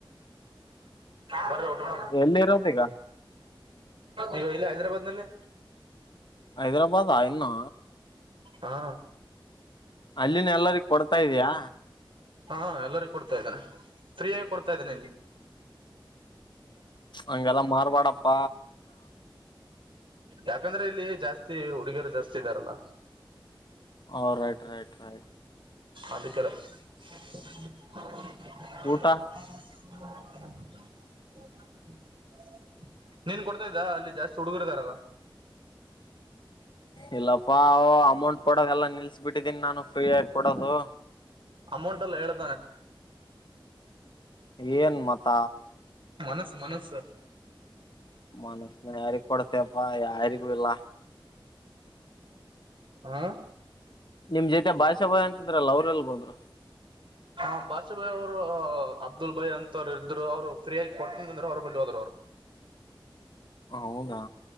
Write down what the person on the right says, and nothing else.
ಬ್ರೋಣ
ಈಗ ಇಲ್ಲ ಹೈದ್ರಾಬಾದ್ ನಲ್ಲಿ
ಹಾ
ಹಾ ಎಲ್ಲರಿಗೊ ಕೊಡ್ತಾ ಇದೇನೆ ಸ್ತ್ರೀಯಾಗ ಕೊಡ್ತ ಗತ್ತದನಲ್ಲಿ
ಯಾಕಂದ್ರೆ ಇಲ್ಲಿ ಜಾಸ್ತಿ ಹುಡುಗಿಯರು ಜಾಸ್ತಿ ಇದ್ದಾರಲ್ಲ
ಅದಕ್ಕೆಲ್ಲ <unintelligible>
<unintelligible> ನೀನ್ ಕೊಡ್ತಾ ಇದ್ದ ಅಲ್ಲಿ ಜಾಸ್ತಿ ಹುಡುಗರ್ ಇದಾರಲ್ಲ
ಅಮೌಂಟ್ ಅಲ್ಲ ಹೇಳ್.
ಮನಸ್ ಮನಸ್ಸ್.
ಹಾ
ಹ ಬಾಷಾ ಭಾಯ್ ಅವರು ಅಬ್ದುಲ್ ಭಾಯ್ ಅಂತವ್ರು ಇದ್ರು ಅವ್ರು ಫ್ರೀ ಆಗಿ ಕೊಡ್ತಂತಂದ್ರೆ ಅವ್ರ ಬಳಿ ಹೋದ್ರು ಅವ್ರು